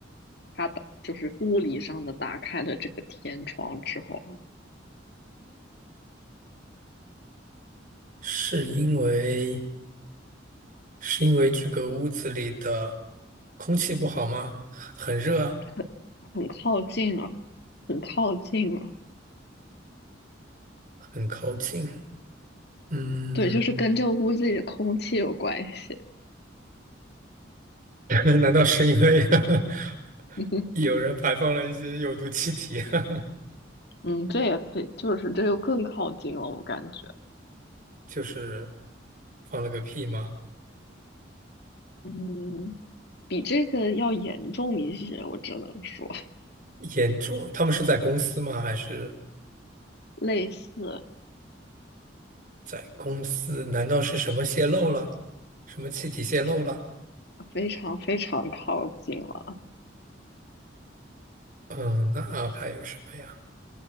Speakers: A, on the left; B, on the right.
A: 他打就是物理上的打开了这个天窗之后。
B: 是因为是因为这个屋子里的空气不好吗？很热啊，
A: 很很靠近了，很靠近了。
B: 很靠近。嗯，
A: 对，就是跟这个屋子里的空气有关系。
B: <laughs> 难道是因为 <laughs>
A: <laughs> 嗯
B: 有人排放了一些有毒气体？<laughs>
A: 嗯，这也非就是这又更靠近了，我感觉，
B: 就是放了个屁吗？
A: 嗯，比这个要严重一些，我只能说
B: 严重，他们是在公司吗？还是
A: 类似，
B: 在公司？难道是什么泄漏了？什么气体泄漏了？
A: 非常非常靠近了，
B: 嗯，那还有什么呀？